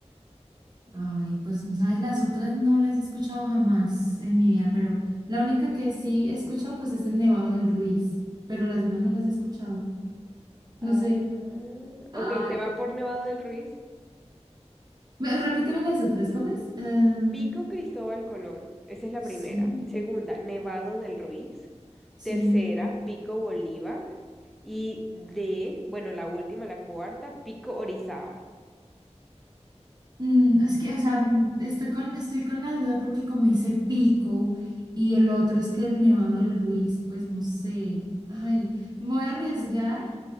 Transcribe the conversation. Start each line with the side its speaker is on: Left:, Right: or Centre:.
Right: Ay, pues, no ¿sabes? Las otras no las he escuchado jamás en mi vida, pero la única que sí he escuchado, pues, es el Nevado del Ruiz, pero las demás no las he escuchado. No
Centre: Ah,
Right: sé. Ay,
Centre: ok, te va por Nevado del Ruiz.
Right: me- repíteme las otras, ¿cómo es? Eh,
Centre: Pico Cristóbal Colón. Esa es la
Right: sí,
Centre: primera. Segunda, Nevado del Ruiz.
Right: sí.
Centre: Tercera, Pico Bolívar. Y de, bueno, la última, la cuarta, Pico Orizaba.
Right: Mm, es que, o sea, mm, estoy con, estoy con la duda porque como dice Pico y el otro es que el Nevado del Ruiz, pues no sé. Ay, me voy a arriesgar